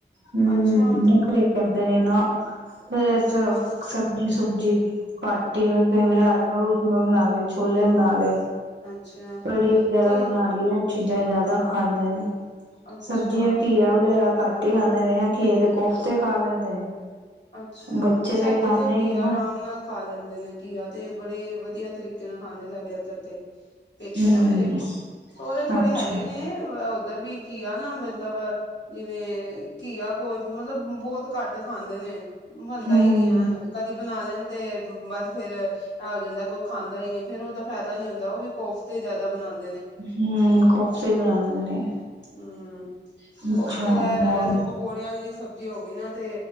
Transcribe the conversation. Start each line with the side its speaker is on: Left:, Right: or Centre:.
Right: ਹੂੰ
Left: ਅੱਛਾ,
Right: ਨੱਖਰੇ ਕਰਦੇ ਨੇ ਨਾ ਬਰਸ
Left: ਅੱਛਾ,
Right: ਸਬਜੀ ਸੁ ਸਬਜੀ ਕਾਟੀ <unintelligible> ਰਾਜਮਾ ਰੂਜਮਾ ਬਨਾ ਲੇ, ਛੋਲੇ ਬਨਾ ਲਏ।
Left: ਅੱਛਾ
Right: ਕੜੀ ਵਗੈਰਾ
Left: ਤੇ
Right: ਬਨਾ ਲਿਆ। ਚੀਜ਼ਾਂ ਜ਼ਾਂਦਾ ਖਾਂਦੇ ਨੇ,
Left: ਅੱਛਾ,
Right: ਸਬਜ਼ੀਆਂ ਘੀਆ ਵਗੈਰਾ ਘੱਟ ਈ ਖਾਂਦੇ ਨੇ ਜਾਂ ਘੀਏ ਦੇ ਕੋਫਤੇ ਖਾ ਲੈਂਦੇ ਨੇ।
Left: ਅੱਛਾ,
Right: ਬੱਚੇ
Left: ਸਾਡੇ
Right: ਖਾਂਦੇ
Left: ਤੇ ਕੀਆ
Right: ਨੀ ਨਾ
Left: ਰਾਮ ਨਾਲ ਖਾ ਲੈਂਦੇ ਨੇ ਕੀਆ ਤੇ ਬੜੇ ਵਧੀਆ ਤਰੀ ਕੇ ਨਾਲ ਖਾਂਦੇ ਸਾਡੇ ਇਧਰ ਤੇ, ਪੇਕੇ
Right: ਹਮ
Left: ਨਾ ਮੇਰੇ, ਸੋਰੇ ਥੋੜੇ
Right: ਅੱਛਾ
Left: ਹੈਗੇ ਨੇ ਅ ਉੱਧਰ ਵੀ ਕੀਆ ਨਾ ਮਤਲਬ, ਜਿਵੇਂ ਕੀਆ ਕੋਈ ਮਤਲਬ ਬੋਤ ਘੱਟ ਖਾਂਦੇ ਨੇ, ਬਨਦਾ
Right: ਹਮ
Left: ਈ ਨੀ ਐ ਕਦੀ ਬਨਾ ਲੈਨਦੇ, ਬ ਬਸ ਫੇਰ, ਇਹ ਹੋ ਜਾਂਦਾ ਕੋਈ ਖਾਂਦਾ ਈ ਨੀ, ਫੇਰ ਉਹਦਾ ਫਾਇਦਾ ਨੀ ਹੁੰਦਾ ਉਹ ਵੀ ਕੋਫਤੇ ਜ਼ਾਦਾ ਬਨਾਨ
Right: ਹੂੰ, ਕੋਫਤੇ ਬਨਾਦੇ ਨੇ।
Left: ਹੂੰ, ਕੋਫਤੇ
Right: ਅੱਛਾ
Left: ਦਾ ਇਹ ਰੇਂਦਾ
Right: ਹੋਰ
Left: ਕਿ ਪਕੌੜਿਆਂ ਲਈ ਸਬਜ਼ੀ ਹੋ ਗਈ ਨਾ ਤੇ